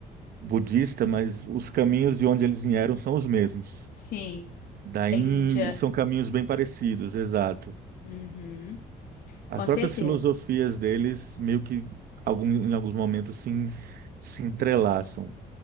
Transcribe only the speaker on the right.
budista, mas os caminhos de onde eles vieram são os mesmos.
Da
Índia,
são caminhos bem parecidos, exato.
As
próprias
filosofias deles, meio que algum, em alguns momentos se, en- se entrelaçam.